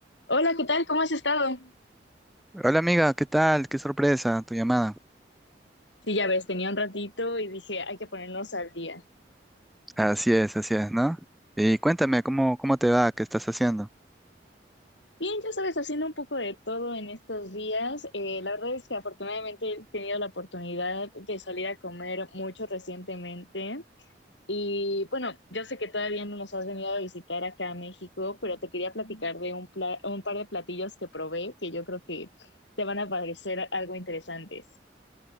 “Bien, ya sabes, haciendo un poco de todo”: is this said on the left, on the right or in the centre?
Left